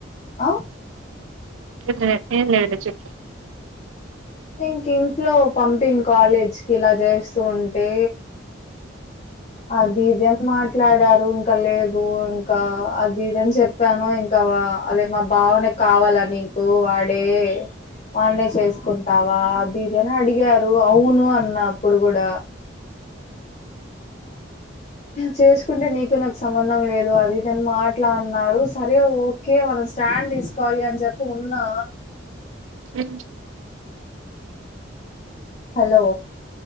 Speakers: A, on the left (about 35°); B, on the right (about 80°).
A: ఆ
B: అట్లెం లేదులే చెప్పు
A: ఇంక ఇంట్లో పంపియుం కాలేజ్కి ఇలా చేస్తూ ఉంటే అది ఇది అని మాట్ మాట్లాడారు ఇంకా లేదు ఇంకా అది ఇదని చెప్పాను ఇంకా అదే మా బావ ని కావాలా నీకు వాడే వాన్నే చేసుకుంటావా అది ఇదనిఅడిగారు అవును అన్న అప్పుడు గూడ చేసుకుంటే నీకు నాకు సంబంధం లేదు అది ఇదని మాట్లాడ్ నారు సరే ఓకే మన స్టాండ్ తీసుకోవాలి అని చెప్పి ఉన్నా
B: హు
A: హలో